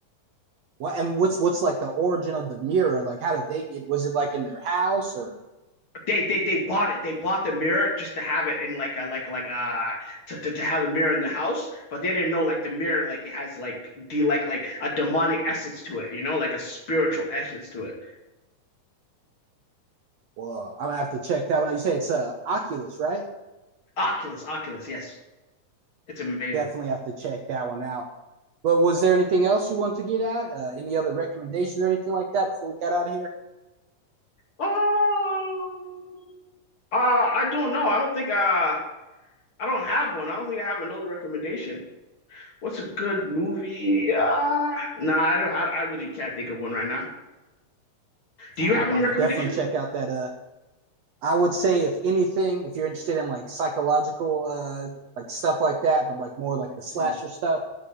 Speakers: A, on the right; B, on the left.
A: What and what's what's like the origin of the mirror? Like, how did they get? Was it like in their house or?
B: They they they bought it. They bought the mirror just to have it in like a like like uh to, to, to have a mirror in the house, but they didn't know like the mirror like it has like de like like a demonic essence to it, you know, like a spiritual essence to it.
A: Well, I'm gonna have to check that one. out. You say it's uh, Oculus, right?
B: Oculus, Oculus, yes, it's amazing.
A: Definitely have to check that one out. But was there anything else you want to get at? Uh, any other recommendations or anything like that before we got out of here?
B: Oh, uh, I don't know. I don't think uh, I don't have one. I don't think I have another recommendation. What's a good movie? Uh, nah, I don't. I, I really can't think of one right now. Do
A: All
B: you
A: right.
B: have
A: Well,
B: any
A: I'm
B: recommendations?
A: gonna definitely check out that. Uh, I would say if anything, if you're interested in like psychological, uh, like stuff like that, but like more like the slasher
B: hmm
A: stuff,